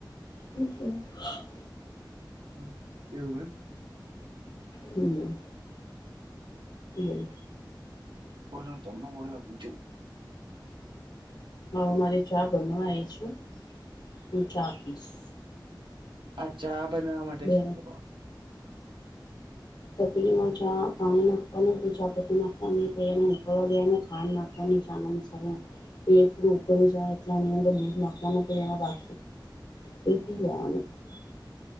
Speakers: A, on the left; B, on the right.
A: <unintelligible>
B: હમ, એવું એમ.
A: હમ. હમ.
B: બોલો તમે બોલો બીજુ.
A: હવે મારે ચા બનવાય છુ હું ચા પીશ.
B: અચ્છા. બનાવવા માટે
A: બે
B: શું કરવાનું?
A: તપલીમાં ચા પાણી નાખવાનું ચાપત્ નાખવાની એને ઉકળવા દે ખાં નાખવાની બે થોડું ઉળ જાય એટ અંદૂ નાખવાનું કરવા. <inaudible>
B: હમ